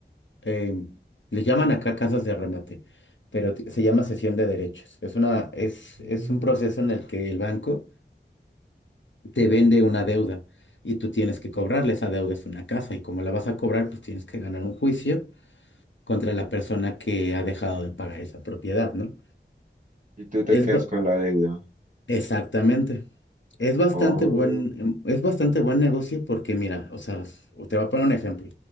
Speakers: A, on the left; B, on the right.
A: eh, les llaman acá casas de remate, pero t- se llama cesión de derechos. Es una, es,
B: Mm,
A: es un proceso en el que el banco te vende una deuda y tú tienes que cobrarle. Esa deuda es una casa y como la vas a cobrar pues tienes que ganar un juicio contra la persona que ha dejado de pagar esa propiedad, ¿no?
B: Y tú te
A: Es
B: quedas
A: ba-
B: con la deuda.
A: exactamente. Es bastante
B: Oh,
A: buen, em, es bastante buen negocio porque, mira, o sea, s- te voy a poner un ejemplo.